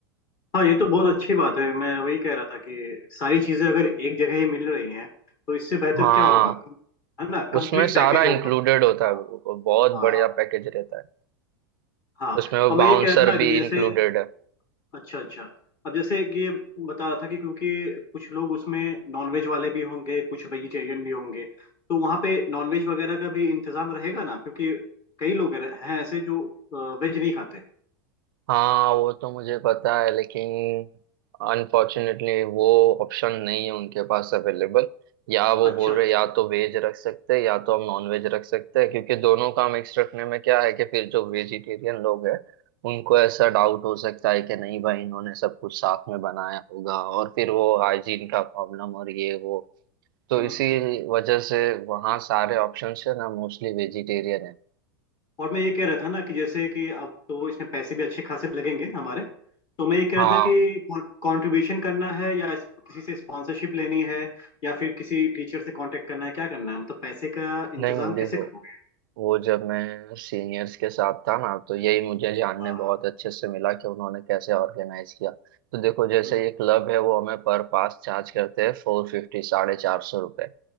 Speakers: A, on the left (about 35°); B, on the right (about 70°).
A: हाँ ये तो बहुत अच्छी बात है मैं वही कह रहा था कि सारी चीजें अगर एक जगह ही मिल रही हैं तो इससे बेहतर
B: हाँ
A: क्या होगा कम- है ना कंप्लीट
B: उसमें सारा
A: पैकेज
B: इंक्लूडेड
A: होगा
B: होता
A: हाँ
B: है वो बहुत
A: हाँ
B: बढ़िया पैकेज रहता है
A: हाँ
B: उसमें वो
A: और
B: बाउंसर
A: मैं ये कह रहा था ना
B: भी
A: कि जैसे
B: इंक्लूडेड है
A: अच्छा अच्छा अब जैसे कि ये बता रहा था कि क्योंकि कुछ लोग उसमें नॉनवेज वाले भी होंगे कुछ वेजिटेरियन भी होंगे तो वहाँ पे नॉनवेज वगैरह का भी इंतजाम रहेगा ना क्योंकि कई लोग रह- हैं ऐसे जो वेज नहीं खाते
B: हाँ वो तो मुझे पता है लेकिन अनफॉर्चुनेटली वो ऑप्शन नहीं है उनके पास अवेलेबल या वो
A: अच्छा
B: बोल
A: अच्छा
B: रहे या तो वेज रख सकते हैं या तो हम नॉन वेज रख सकते हैं क्योंकि दोनों का मिक्स रखने में क्या है कि फिर जो वेजिटेरियन लोग हैं उनको ऐसा डाउट हो सकता है कि नहीं भाई इन्होंने सब कुछ साथ में बनाया होगा और फिर वो हाइजीन का प्रॉब्लम और ये वो तो
A: हम्म
B: इसी
A: हम्म।
B: वजह से वहाँ सारे ऑप्शंस है ना मोस्टली वेजिटेरियन है
A: और मैं ये कह रहा था ना कि जैसे कि अब तो इसमें पैसे भी अच्छे खासे लगेंगे हमारे तो मैं ये कह
B: हाँ
A: रहा था कि कंट्रीब्यूशन करना है या इस- किसी से स्पॉन्सरशिप लेनी है या फिर किसी टीचर से कांटेक्ट करना है क्या करना है मतलब पैसे का इंतजाम
B: नहीं देखो
A: कैसे करोगे
B: वो जब मैं सीनियर्स के साथ था ना तो यही मुझे जानने
A: हाँ
B: बहुत
A: हाँ
B: अच्छे से मिला कि उन्होंने कैसे ऑर्गेनाइज किया तो देखो जैसे
A: हम्म,
B: ये क्लब है वो हमें पर पास चार्ज करते हैं फोर फिफ्टी साढ़े चार सौ रुपये